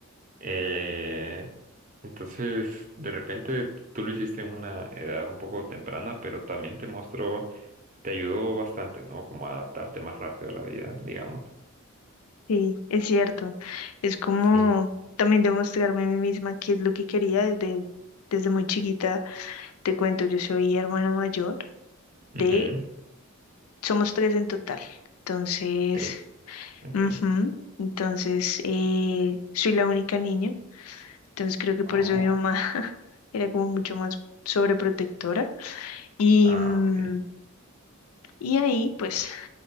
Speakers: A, on the right (about 35°); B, on the left (about 80°).
A: Eh, entonces, de repente tú lo hiciste en una edad un poco temprana, pero también te mostró, te ayudó bastante, ¿no? Como a adaptarte más rápido a la vida, digamos.
B: Sí, es cierto. Es como
A: Sí.
B: también demostrarme a mí misma qué es lo que quería desde, desde muy chiquita. Te cuento, yo soy hermano mayor de,
A: Ujú,
B: somos tres en total. Entonces...
A: Tres. Ok.
B: Ujú. Entonces, eh, soy la única niña, entonces creo que por
A: Oh,
B: eso mi mamá <laughs> era como mucho más sobreprotectora. Y,
A: ah,
B: mm,
A: ok.
B: y ahí, pues,